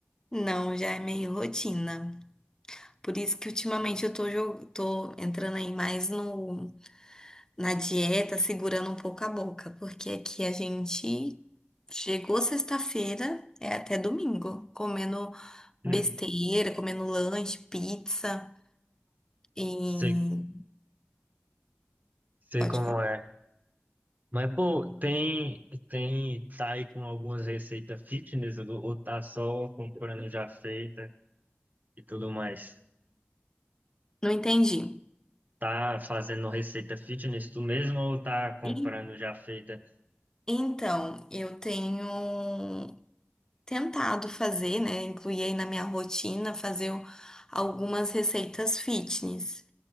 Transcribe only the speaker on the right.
<laughs>
Sei Sei
como
é. Mas, pô, tem, tem, tá aí com algumas receitas fitness ou ou tá só comprando já feita e tudo mais?
Tá fazendo receita fitness tu mesmo ou tá comprando
já feita?